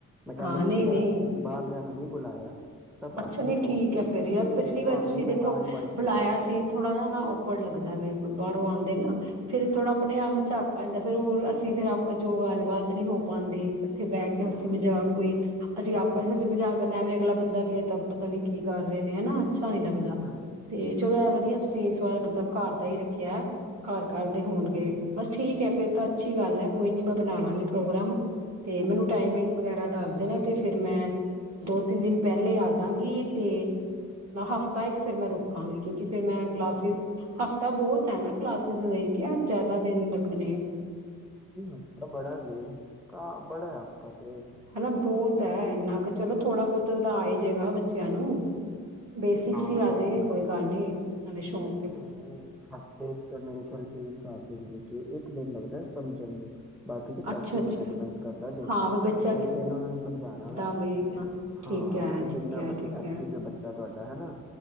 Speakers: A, in the centre; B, on the right (about 50°).
A: ਮੈਂ ਕਹਿੰਦਾ
B: ਹਾਂ ਨਹੀਂ
A: ਮੈਂ ਇੱਕ
B: ਨਹੀਂ
A: ਅਸੀਂ ਤੁਸੀਂ ਬਾਹਰ ਜਾਣਾ <unintelligible> ਨਹੀਂ ਬੁਲਾਇਆ ਸਭ ਆਪਣੇ
B: ਅੱਛਾ ਨੀ
A: ਹੀ ਹੋਣਗੇ
B: ਠੀਕ ਹੈ ਫੇਰ ਯਾਰ
A: ਤੇ
B: ਪਿਛਲੀ ਵਾਰ
A: ਤੁਹਾਨੂੰ
B: ਤੁਸੀਂ
A: ਹੀ
B: ਦੇਖੋ
A: ਮੈਂ ਤਾਂ ਇਨਵਾਈਟ
B: ਬੁਲਾਇਆ
A: ਕੀਤਾ
B: ਸੀ ਥੋੜਾ ਜਾ ਨਾ ਉਪਰਾ ਲੱਗਦਾ ਵੇ ਕੋਈ ਬਾਹਰੋਂ ਆਉ ਫੇਿਰ ਥੋੜਾ ਆਪਣੇ ਆਪ ਨੂੰ ਝਾਕਾ ਆਂਦਾ ਫੇਰ ਉਹ ਅਸੀਂ ਫਿਰ ਆਪਾਂ ਉਹ ਗੱਲਬਾਤ ਨੀ ਹੋ ਪਾਉਂਦੀ। ਉੱਥੇ ਬਹਿ ਕੇ ਹਸੀ
A: ਹਾਂ
B: ਮਜ਼ਾਕ
A: ਹਾਂ
B: ਕੋਈ ਅਸੀਂ ਆਪ
A: ਹਾਂਜੀ
B: ਚ ਹਸੀ ਮਜ਼ਾਕ ਕਰਨਾ ਐਵੇਂ ਅਗਲਾ ਬੰਦਾ ਕਹੇ ਤਾਂ ਪਤਾ ਨੀ ਕੀ ਕਰ ਰਹੇ ਨੇ ਹਨਾ ਅੱਛਾ ਨੀ ਲੱਗਦਾ
A: ਹਾਂਜੀ
B: ਤੇ
A: ਹਾਂਜੀ
B: ਚਲੋ
A: ਬਿਲਕੁਲ
B: ਇਹ ਵਧੀਆ
A: ਬਿਲਕੁਲ
B: ਤੁਸੀਂ ਇਸ ਵਾਰ ਮਤਲਬ ਘਰ ਦਾ ਹੀ ਰੱਖਿਆ ਘਰ ਘਰ ਦੇ ਹੋਣਗੇ। ਬਸ ਠੀਕ ਹੈ। ਫੇਰ
A: ਹਾਂਜੀ
B: ਤਾਂ ਅੱਛੀ ਗੱਲ ਹੈ। ਕੋਈ ਨੀ ਮੈਂ ਬਣਾ ਲਾਂਗੇ ਪ੍ਰੋਗਰਾਮ ਤੇ ਮੈਨੂੰ ਟਾਈਮਿੰਗ
A: ਬਣਾਇਆ
B: ਵਗੈਰਾ ਦੱਸ ਦੇਣਾ ਤੇ ਫਿਰ ਮੈਂ ਦੋ ਤਿੰਨ ਦਿਨ ਪਹਿਲੇ ਆ ਜਾਵਾਂਗੀ। ਗੀ ਤੇ ਹਫ਼ਤਾ ਇੱਕ ਫਿਰ ਮੈਂ ਰੁਕਾਂਗੀ ਕਿਉਂਕਿ ਫਿਰ ਮੈਂ ਕਲਾਸਿਸ ਹਫਤਾ ਬਹੁਤ ਹੈ ਨਾ ਕਲਾਸਿਸ ਲਈ ਕਿਆ ਜ਼ਿਆਦਾ ਦਿਨ ਲੱਗਣੇ ਆ
A: ਨਹੀਂ ਹਫਤਾ ਬੜਾ ਜੇ ਤਾਂ ਬੜਾ ਹਫ਼ਤਾ ਤੇ
B: ਹਨਾ ਬਹੁਤ ਇੰਨਾ ਕੁ ਚਲੋ ਥੋੜਾ ਬਹੁਤਦਾ ਆ ਹੀ ਜੇਵਾ ਬੱਚਿਆਂ ਨੂੰ ਬੇਸਿਕਸ
A: ਹਾਂ
B: ਸੀ
A: ਹਾਂ
B: ਆਜੇ
A: ਬਿਲਕੁਲ
B: ਕੋਈ ਗੱਲ ਨੀ ਨਾਲੇ ਸ਼ੌਕ
A: ਨਹੀਂ ਨਹੀਂ ਹਫ਼ਤੇ ਚ ਤਾਂ ਮੇਰੇ ਖਿਆਲ ਡੀਲ ਕਰ ਦੇ ਇੱਕ ਦਿਨ ਲੱਗਦਾ। ਸਮਝਣ ਨੂੰ ਬਾਕੀ ਦੀ ਪ੍ਰੈਕਟਿਸ
B: ਅੱਛਾ ਅੱਛਾ
A: ਉੱਤੇ ਡਿਪੈਂਡ ਕਰਦਾ ਜੇ
B: ਹਾਂ ਵੀ ਬੱਚਾ
A: ਇੱਕ ਦਿਨ ਉਹਨਾ ਨੇ ਸਮਝਾਉਣਾ
B: ਕਿੱਦਾਂ
A: ਵੈਂ।
B: ਬਈ ਹਾਂ, ਠੀਕ
A: ਹਾਂ,
B: ਹੈ
A: ਬੱਚਾ
B: ਠੀਕ
A: ਕਿੰਨਾ
B: ਹੈ
A: ਮਤਲਬ
B: ਠੀਕ
A: ਐਕਟਿਵ ਹੈ। ਬੱਚਾ ਤੁਹਾਡਾ ਹੈ ਨਾ